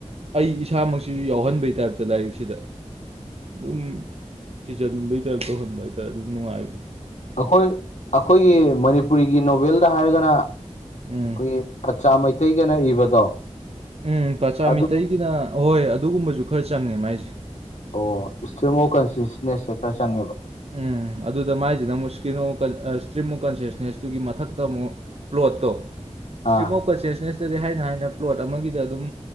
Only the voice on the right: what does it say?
ꯑꯩ ꯏꯁꯥꯃꯛꯁꯤꯁꯨ ꯌꯥꯎꯍꯟꯕꯩ ꯇꯥꯏꯞꯇ ꯂꯥꯏꯔꯤꯛꯁꯤꯗ ꯑꯗꯨꯝ ꯊꯤꯖꯤꯟꯕꯩ ꯇꯥꯏꯞ ꯇꯧꯍꯟꯕ ꯍꯥꯏꯇꯔꯦ ꯑꯗꯨ ꯅꯨꯡꯉꯥꯏꯕ
ꯎꯝ
ꯎꯝ ꯄꯆꯥ
ꯃꯤꯇꯩꯒꯤꯅ ꯍꯣꯏ ꯑꯗꯨꯒꯨꯝꯕꯁꯨ ꯈꯔ ꯆꯪꯉꯦ ꯃꯥꯏꯁꯦ
ꯎꯝ ꯑꯗꯨꯗ ꯃꯥꯏꯁꯤꯗ ꯑꯃꯨꯛ ꯏꯁꯀꯤꯟ ꯑꯣꯞ ꯏꯁꯇ꯭ꯔꯤꯝ ꯑꯣꯞ ꯀꯟꯁꯤꯌꯁꯅꯦꯁꯇꯨꯒꯤ ꯃꯊꯛꯇ ꯑꯃꯨꯛ ꯄ꯭ꯂꯣꯠꯇꯣ ꯏꯁꯇ꯭ꯔꯤꯝ
ꯑꯣꯞ ꯀꯟꯁꯤꯁꯅꯦꯁꯇꯗꯤ ꯍꯥꯏꯅ ꯍꯥꯏꯅ ꯄ꯭ꯂꯣꯠ ꯑꯃꯒꯤꯗ ꯑꯗꯨꯝ